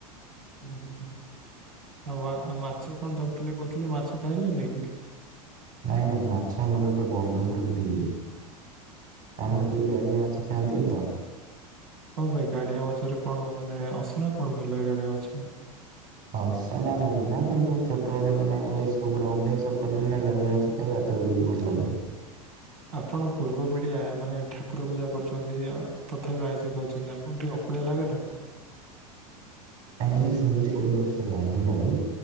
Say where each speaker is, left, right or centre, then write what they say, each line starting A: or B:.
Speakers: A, on the right; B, on the right.
A: ଉ ହୁଁ ଆଉ ମା ଆଉ ମାଛ କଣ ଧରିଥିଲେ କହୁଥିଲେ ମାଛ ଖାଇଲେନି।
B: ନାଇଁ ନାଇଁ ମାଛ ଆମର ଗୋଟେ ବନ୍ଧ ଘରକୁ ଦେଇଦେଲୁ। ଆମର କେହି ଗାଡିଆ ମାଛି ଖାଆନ୍ତିନି ତ।
A: କଣ ପାଇଁ ଗାଡିଆ ମାଛରେ କଣ ମାନେ ଅସନା କଣ କଲା ଗାଡିଆ ମାଛ?
B: ହର୍ଷଣା ଲାଗେ ନା କିନ୍ତୁ ଛୋଟବେଳେ ମାନେ ଏଇ ସବୁରେ ଅଭ୍ୟାସ କରନି ନା ଗାଡ଼ିଆ ମାଛ। ଏଇ ଭାତକୁ <unintelligible> ଭଲ ଲାଗୁନି।
A: ଆପଣ ପୂର୍ବ ପିଡିଆ ମାନେ ଠାକୁର ପୂଜା କରୁଛନ୍ତି ଅ ତଥାପି ଆଇଁଷ ଖାଉଛନ୍ତି ଆ ଆପଣକୁ ଟିକେ ଅକଳିଆ ଲାଗେ ନା?
B: କାଇହିଁକି ସେମିତି କୁହନ୍ତୁନି ମତେ ଲାଜ ଲାଗେ।